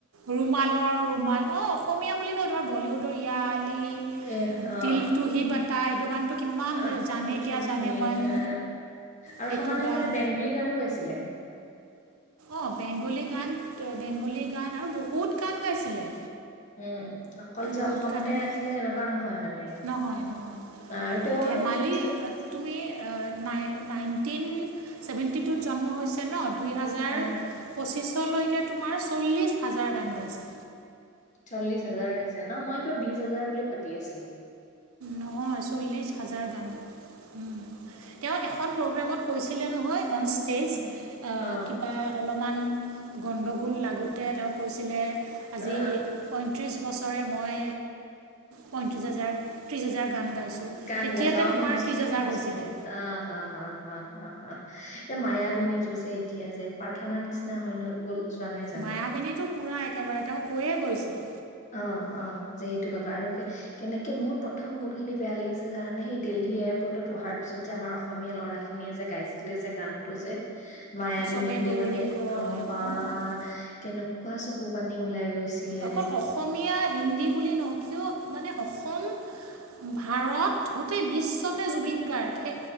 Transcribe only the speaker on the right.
ৰুমালৰ ৰুমাল অ অসমীয়া বুলি নহয় তোমাৰ বলিউডৰ ইয়া আলি
দিলটো সি বতা এইটো গানটো কিমান
জানে
কিয় জানে
মন
সেইটো
গান
অ বেংগলী গান বেংগলী গান আৰু বহুত গান গাইছিলে
বহুত
গানে গায়
নহয় নহয়
ধেমালি
তুমি নাই নাইনটিন ছেভেণ্টি টুত জন্ম হৈছে ন দুই হাজাৰ
পঁচিছলৈকে তোমাৰ চল্লিছ হাজাৰ গান গাইছে
নহয় চল্লিশ হাজাৰ গান গায় উম তেওঁ এখন প্ৰগ্ৰেমত কৈছিলে নহয় অন ষ্টেজ
কিবা অলপমান গণ্ডগোল লাগোত তে তেওঁ কৈছিলে আজি
প ত্ৰিছ বছৰে মই পয়ত্ৰিছি হাজাৰ ত্ৰিশ হাজাৰ গান গাইছোঁ
তেতিয়াতে
তোমাৰ
ত্ৰিছ হাজাৰ
হৈছিলে
মায়াবিনীতো পুৰা একেবাৰে তেওঁ কৈয়ে গৈছে
চবে
দৌৰি
গৈ
অঁ
অকল অসমীয়া হিন্দী বুলি নহও কিয় মানে অসম ভাৰত গোটেই বিশ্বতে জুবিন গাৰ্গে।